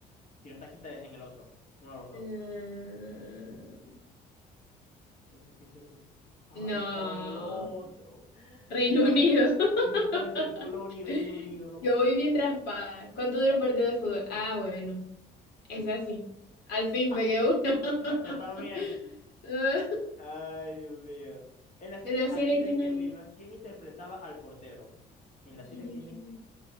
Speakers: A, on the left; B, on the left.
A: Si no está aquí, está en el otro. Uno de los dos.
B: eh,
A: Ay, ¿por qué es cierto? Ay,
B: No.
A: estaba en el otro.
B: Reino
A: Yo estaba
B: Unido.
A: en...
B: <laughs>
A: ay, Yo estaba entre Polonia y Reino Unido, no
B: Yo
A: puede.
B: voy bien raspada. ¿Cuánto dura
A: ser.
B: un partido de fútbol? Ah, bueno. Es así. Al fin
A: <laughs>
B: pegué uno. <laughs>
A: Yo también.
B: Ah,
A: Ay, Dios mío. En la serie
B: En la
A: Aquí
B: serie,
A: no
B: ¿quién
A: hay quien
B: hay?
A: viva, ¿quién interpretaba al portero? En la serie
B: ¿Quién
A: Aquí
B: hay? ¿Quién
A: no hay...
B: hay?